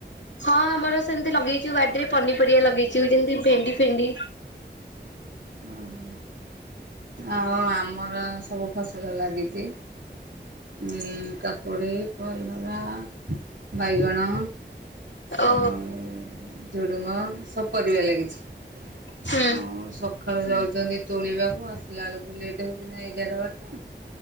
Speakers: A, on the left; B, on the right.
A: ହଁ ଆମର ସେମିତି ଲଗେଇଚୁ ବାଡିରେ ପନିପରିବା ଲଗେଇଚୁ ଯେମିତି ଭେଣ୍ଡି ଫେଣ୍ଡି
B: ହଁ ହଁ। ଆଉ ଆମର ସବୁ ଫସଲ ଲାଗିଛି ଏଇ। କାକୁଡ଼ି, କଲରା, ବାଇଗଣ।
A: ଓ।
B: ଆଉ ଝୁଡ଼ୁଙ୍ଗ ସବୁ ପରିବା ଲାଗିଛି
A: ହୁଁ
B: ଆଉ ସକାଳୁ ଯାଉଛନ୍ତି ତୋଳିବାକୁ ଆସିଲା ବେଳକୁ ଲେଟ୍ ହେଉଛି ନା ଏଗାର ବାରଟା।